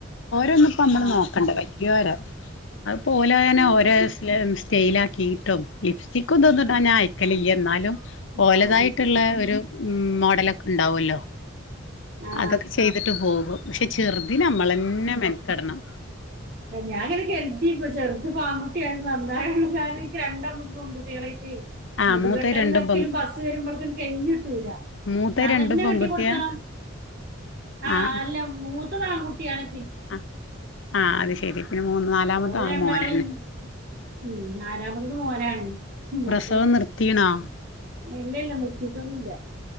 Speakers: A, on the left; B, on the right.
A: ഓരോന്നുപ്പോ അമ്മള്
B: ആ
A: നോക്കണ്ട വല്യോരൊ അത്പോലെ അന്നെ
B: ഉം
A: ഓരോ സ്റ്റൈൽ സ്റ്റൈലാക്കി ക്കീട്ടും ലിപ്സ്റ്റിക്കും ഇതൊന്നും ഇടാൻ ഞാൻ അയക്കലില്ല. ഇന്നാലും ഓലതായിട്ട്ള്ള
B: ആ
A: ഒരു ഉം മോഡലൊക്കെ ഇണ്ടാവൊല്ലോ
B: ആ
A: അതൊക്കെ ചെയ്തിട്ട് പോകും. പക്ഷെ ചെറ്തിനമ്മളെന്നെ മെൻക്കെടണം.
B: ഏഹ് ഞാങ്ങിനെ കെരുതി ഇപ്പം ചെറുത് പ്പൊ ആൺകുട്ടിയായ നന്നായി കാരണം ഇൻക് രണ്ടെണ്ണം പെൺകുട്ടികളായിട്ടേ
A: ആ
B: മുടി
A: മൂത്തത്
B: കെട്ടലും
A: രണ്ടും
B: തെരക്കിലും
A: പെൺ
B: ബസ്സ് വരുമ്പോളത്തിനും കഴിഞ്ഞിട്ടൂല.
A: മൂത്തത്
B: ഞാൻതന്നെ
A: രണ്ടും പെൺകുട്ടിയാ
B: കെട്ടി കൊടുക്കണം ആഹ്
A: ആ
B: അല്ല മൂത്തതാൺകുട്ടിയാണ്.
A: ആഹ് ആഹ് അത് ശെരി പിന്നെ മൂന്ന് നാലാമത്ത
B: ഓലെ
A: ആഹ്
B: രണ്ടാളെയും
A: മോനല്ലെ?
B: ഉം നാലാമത്തത് മോനാണ്
A: പ്രസവം
B: അപ്പൊ
A: നിർത്തീണോ
B: ഇല്ലല്ല നിർത്തിട്ടൊന്നുല്ല